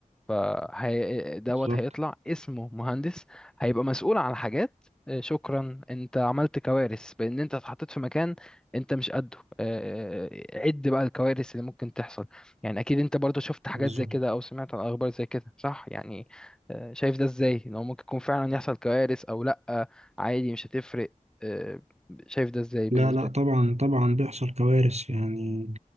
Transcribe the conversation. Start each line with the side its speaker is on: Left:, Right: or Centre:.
Centre: فهي دوت
Right: بالظبط
Centre: هيطلع اسمه مهندس هيبقى مسؤول عن حاجات آه، شكرا انت عملت كوارث بان انت اتحطيت في مكان انت مش قده آه، آه، آه، عد بقى الكوارث اللي ممكن تحصل يعني اكيد انت برضو شفت حاجات
Right: بالظبط
Centre: زي كده او سمعت عن اخبار زي كده صح يعني آه، شايف ده ازاي ان هو ممكن يكون فعلا يحصل كوارث او لا آه، عادي مش هتفرق آه، شايف ده ازاي بالنسبة
Right: لا لا
Centre: لك
Right: طبعا طبعا بيحصل كوارث يعني